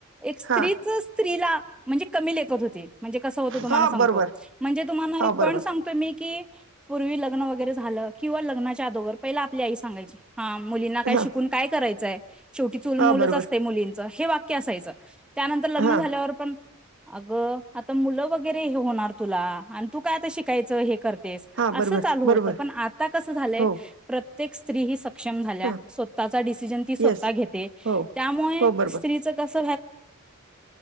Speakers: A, in the centre; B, on the right.
A: एक स्त्रीच
B: हा.
A: स्त्रीला म्हणजे कमी लेखत होती. म्हणजे कसं होतं तुम्हाला
B: हा
A: <unintelligible>
B: बरोबर
A: म्हणजे तुम्हाला
B: हा बरोबर
A: पण सांगतोय मी की पूर्वी लग्न वगैरे झालं किंवा लग्नाच्या अगोर पहिला आपली आई सांगायची हा मुलींना काय
B: हा
A: शिकून काय करायचंय. शेवटी चूल मुलच
B: हा बरोबर
A: असते मुलींच, हे वाक्य असायचं त्यानंतर लग्न
B: हा
A: झाल्यावर पण अगं आता मुलं वगैरे हे होणार तुला, आणि तू काय आता शिकायचं हे कर अस
B: हा बरोबर
A: चालू
B: बरोबर
A: होत पण आता कस झालंय
B: हो
A: प्रत्येक स्त्री ही सक्षम झाल्या
B: हा
A: स्वतः चा डिसिजन ती स्वतः
B: येस
A: घेते
B: हो
A: त्यामुळे
B: हो बरोबर
A: स्त्रीच कस